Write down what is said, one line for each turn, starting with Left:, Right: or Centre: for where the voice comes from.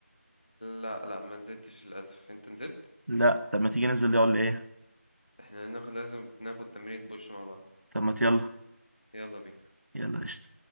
Left: لا لا ما نزلتش للاسف انت نزلت
Right: لا طب ما تيجي ننزل يلا ايه
Left: احنا ناخد لازم ناخد تمرين بوش مع بعض
Right: طب ما يلا
Left: يلا بينا
Right: يلا قشطه